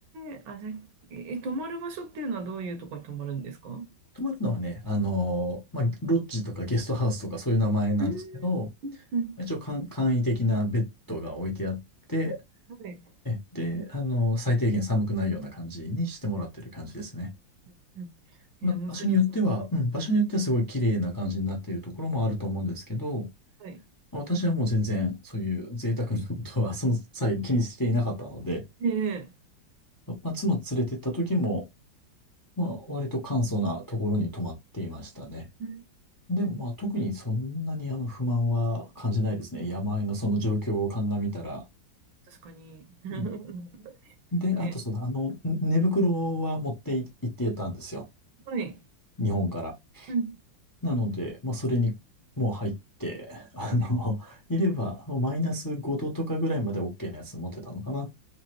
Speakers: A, on the right (about 80°); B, on the left (about 35°).
A: えあ、じゃあ、え、泊まる場所っていうのはどういうところに泊まるんですかうん
B: 泊まるのはね、あのーまあ、ロッジとかゲストハウスとかそういう名前なんですけど、
A: うんうん
B: 一応簡、簡易的なベッドが置いてあって、
A: はい。
B: え、で、あのー最低限寒くないような感じにしてもらってる感じですね。
A: うんうん
B: まあ、
A: えー、面白そう。
B: 場所によっては、うん、場所によってはすごい綺麗な感じになっているところもあると思うんですけど、
A: はい。
B: まあ私はもう全然そういう贅沢なことはその際気にしていなかったので、
A: ええ
B: まあ、妻連れてった時も、まあ、割と簡素なところに泊まっていましたね。
A: うん
B: でもまあ特にそんなにあの不満は感じないですね。山あいのその状況を鑑みたら。
A: 確かに。<laughs>
B: うん。で、
A: ね。
B: あとそのあのん寝袋は持ってい行ってたんですよ。
A: はい。
B: 日本から。
A: うん。
B: なので、まあそれにもう入って、<laughs> あの、
A: はい。
B: いればあのマイナス5度とかぐらいまで OK なやつ持ってたのかな。